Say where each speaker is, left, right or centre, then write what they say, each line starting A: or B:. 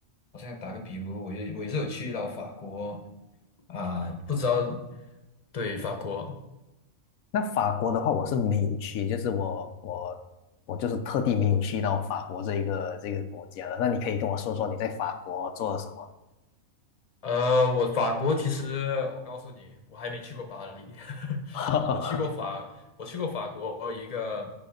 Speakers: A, on the left; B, on the left.
A: 好像打个比如，我也我也是有去到法国啊，不知道，对，法国。
B: 那法国的话，我是没有去，就是我我我就是特地没有去到法国这一个这个国家的。那你可以跟我说说你在法国做了什么？
A: 呃，我法国其实我告诉你，我还没去过巴黎，<laughs>
B: <laughs>
A: 我去过法，我去过法国一个